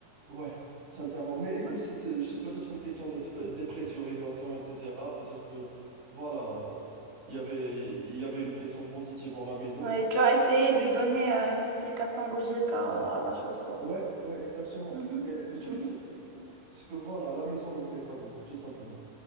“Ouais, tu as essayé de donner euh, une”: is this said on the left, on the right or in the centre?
Right